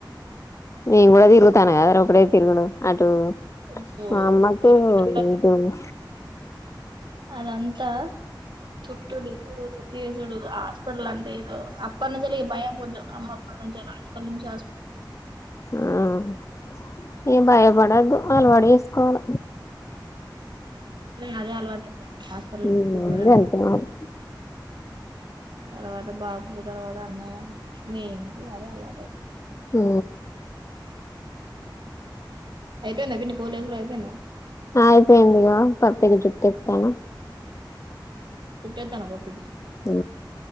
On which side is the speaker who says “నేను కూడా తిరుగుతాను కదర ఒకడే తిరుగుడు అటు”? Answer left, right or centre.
Left